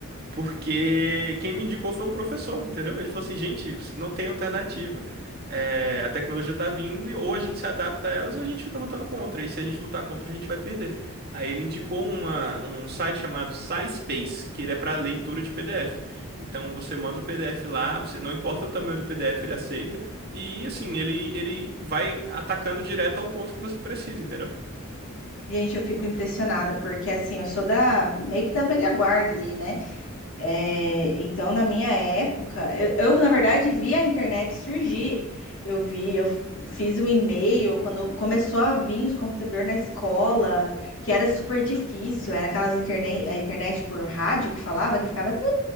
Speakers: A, on the right; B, on the left.
A: porque quem me indicou foi um professor, entendeu? Ele falou assim, gente, você não tem alternativa. É, a tecnologia tá vindo e ou a gente se adapta a elas ou a gente fica lutando contra. E se a gente lutar contra, a gente vai perder. Aí ele indicou uma, um site chamado SciSpace, que ele é para leitura de PDF. Então você manda o PDF lá, você não importa o tamanho do PDF, ele aceita. E assim, ele, ele vai atacando direto ao ponto que você precisa, entendeu?
B: Gente, eu fico impressionada, porque assim, eu sou da meio que da velha guarda ali, né? É, então, na minha época, eu, eu, na verdade vi a internet surgir. Eu vi, eu f- fiz o e-mail quando começou a vir os computadores na escola, que era super difícil. Era aquelas internet, a internet por rádio que falava, que ficava. "Tê",